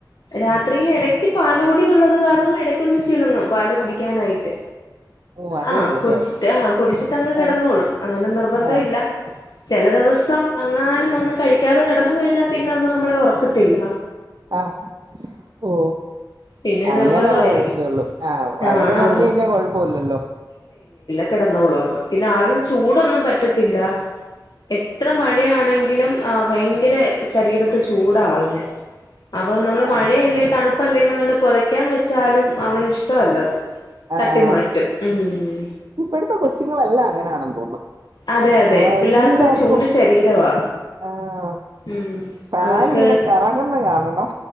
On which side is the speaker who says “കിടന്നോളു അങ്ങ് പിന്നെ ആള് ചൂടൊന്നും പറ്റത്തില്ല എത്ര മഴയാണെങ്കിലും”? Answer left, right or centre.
Left